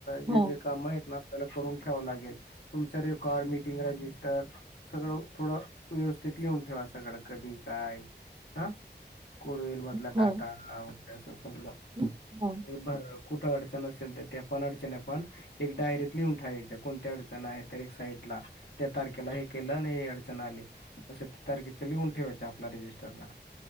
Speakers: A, on the left; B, on the right.
A: जे
B: हो
A: जे काम आहेत. आपल्याला करून ठेव लागेल तुमच रेकॉर्ड मीटिंग रजिस्टर. सगळं थोडं व्यवस्थित लेहून ठेवा सगळं कधी काय ह कोड होईल मधला
B: हो
A: डाटा. आ गॅस सजज
B: <unintelligible> हो
A: बर कुठं अडचण असेल तर ते पण अडचण पण एक डायरीत लिहून उंठायच्या कोणत्या अडचण आहे तर एक साईड ला. त्या तारखेला हे केलं आणि हे अडचण आली असं तारखेचं लिहून ठेवाच आपल्या रजिस्टरला